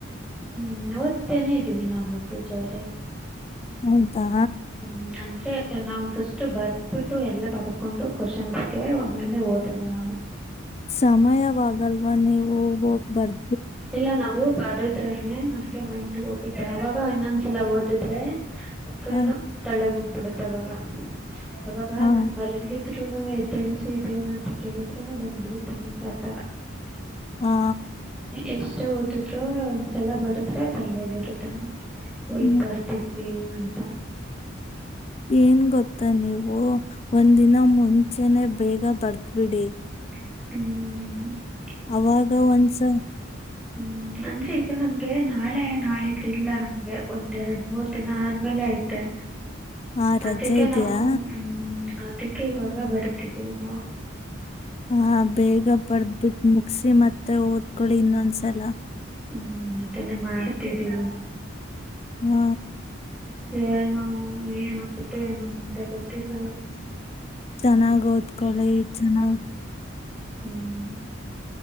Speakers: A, in the centre; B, on the left.
A: ಹ್ಮ್ ಓತ್ತೇನೆ ಇದ್ದೀವಿ ನಾವು ಪೂಜ ಅವ್ರೇ
B: ಹೌದಾ
A: ಹ್ಮ್ ಅಂದ್ರೆ ನಾವು ಫಸ್ಟ್ ಬರ್ದಬಿಟ್ಟು ಎಲ್ಲ ಬರ್ಕೊಂಡು ಕ್ವಶನ್ಸ್ಗೆ ಆ ಮೇಲೆ ಓದದು ನಾವು.
B: ಸಮಯವಾಗಲ್ವ ನೀವು ಹೋಗ್ ಬರ್
A: ಇಲ್ಲ ನಾವು ಬರುದ್ರೆನೆ. ಎ ನಮ್ಗೆ ಮೈಂಡ್ ಹೋಗುತ್ತೆ ಅವಾಗ ಇನ್ನೊಂದ್ಸಲ ಓದುದ್ರೆ. ಫುಲ್ಲು
B: ಆ
A: ತಲೆ ಹೋಗ್ ಬುಡುತ್ ಅವಾಗ. ಆವಾಗ
B: ಆ
A: ನಾನ್ ಮಲ್ಗಿದ್ರ್ ದ್ರುನುವೆ ಎದ್ದೇಳ್ಸಿ ಇದ್ ಏನಂತ ಕೇಳಿದ್ರುನು ಬಂದ್ಬಿಡುತ್ತೆ ನಂಗ್ ಆತರ.
B: ಹಾ.
A: ಎಷ್ಟೇ ಓದುದ್ರು ಒಂದ್ಸಲ ಬರುದ್ರೆ ತಲ್ಲೇಲ್ ಇರುತ್ತೆ ನಮ್ಗ್ ಓ
B: ಹ್ಮ್.
A: ಇದ್ ಬರ್ದಿದ್ವಿ ಅಂತ.
B: ಏನ್ ಗೊತ್ತ ನೀವು ಒಂದಿನ ಮುಂ ಚೆನೆ ಬೇಗ ಬರ್ದ್ ಬಿಡಿ.
A: ಹ್ಮ್.
B: ಅವಾಗ ಒಂದ್ಸ.
A: ಹ್ಮ್ ಅಂದ್ರೆ ಇದು ನಮ್ಗೆ ನಾಳೆ ನಾಳಿದ್ ಇಲ್ಲ ನಮ್ಗೆ ಒಂದ್ ಎರ್ಡ್ ಮೂರ್ ದಿನ ಆದ್ಮೇಲೆ ಐತೆ.
B: ಆ ರಜೆ
A: ಅದಕ್ಕೆ
B: ಇದೆಯಾ
A: ನವು ಹ್ಮ್ ಅ ಅದಿಕ್ಕೆ ಇವಾಗ ಬರೀತಿದ್ದೀವ್ ನಾವು.
B: ಹಾ ಬೇಗ ಬರ್ದ್ ಬುಟ್ ಮುಗ್ಸಿ ಮತ್ ತ್ತೆ ಓದ್ಕೊಳಿ ಇನ್ನೊಂದ್ಸಲ.
A: ಹ್ಮ್ ಇದನ್ನೇ ಮಾಡ್ತಿದ್ದೀವಿ.
B: ನ್ಯ.
A: ಏನೂ ಏನ್ ಆಗುತ್ತೆ ಏನೂ ಮುಂದೆ ಗೊತ್ತಿಲ್ಲ.
B: ಚೆನ್ನಾಗ್ ಓದ್ಕೊಳಿ ಚೆನ್ನಾಗ್.
A: ಹ್ಮ್.